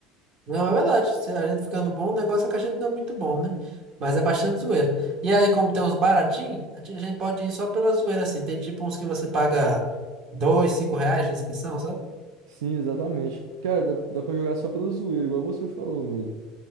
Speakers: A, on the right; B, on the right.
A: Não, é verdade. Se a gente ficando bom, o negócio é que a gente não é muito bom, né? Mas é bastante zoeira E aí, como tem uns baratinhos, a gente a gente pode ir só pela zoeira, assim. Tem tipo uns que você paga dois, cinco reais de inscrição, sabe?
B: Sim, exatamente. Cara, dá, dá pra jogar só pela zoeira, igual você falou mesmo.